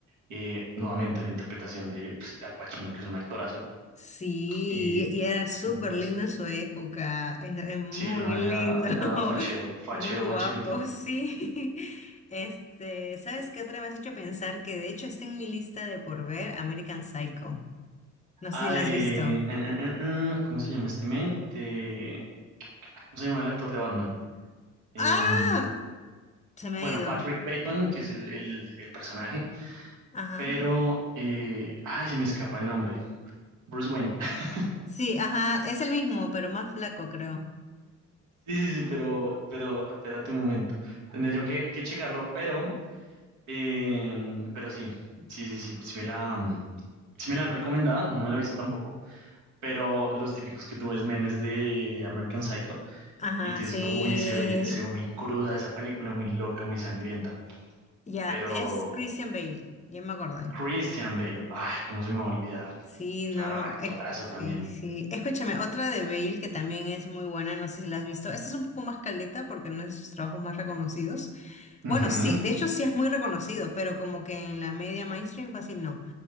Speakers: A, on the right; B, on the left.
A: eh, nuevamente la interpretación de, pues, de Al Pacino, que es un actorazo,
B: Sí,
A: eh,
B: y era súper
A: y
B: lindo
A: eso.
B: en su época, es es muy
A: Sí, el man
B: lindo,
A: era, era
B: <laughs>
A: fachero, fachero,
B: muy guapo,
A: facherito.
B: sí. Este, ¿sabes qué otra me has hecho pensar? Que de hecho está en mi lista de por ver American Psycho. No sé
A: Ah,
B: si
A: de...
B: la has visto.
A: eh, eh, eh, eh, ¿cómo se llama este man? De, ay, ¿cómo se llama el actor de Batman? Eh,
B: ¡Ah! Se me
A: bueno,
B: ha ido.
A: Patrick Bateman, que es el, el- el personaje,
B: Ajá.
A: pero... eh, ay, se me escapa el nombre. Bruce Wayne. <laughs>
B: Sí, ajá, es el mismo, pero más flaco, creo.
A: Sí, sí, sí, pero, pero espérate un momento. Tendría yo que, que checarlo, pero, eh, pero sí, sí, sí, sí, sí me la, sí me la han recomendado, no me la he visto tampoco, pero los típicos que tú ves memes de American Psycho,
B: Ajá,
A: Y tú
B: sí.
A: dices que, uy, se ve, se ve muy cruda esa película, muy loca, muy sangrienta.
B: Ya,
A: Pero
B: es Christian Bale, ya me acordé.
A: Christian Bale, ay, cómo se me va a olvidar.
B: Sí, no,
A: Claro, actorazo
B: es-
A: también.
B: sí, sí. Escúchame, otra de Bale que también es muy buena, no sé si la has visto. Esta es un poco más caldeta porque no es de sus trabajos más reconocidos. Bueno,
A: Ujú.
B: sí, de hecho sí es muy reconocido, pero como que en la media mainstream fácil no.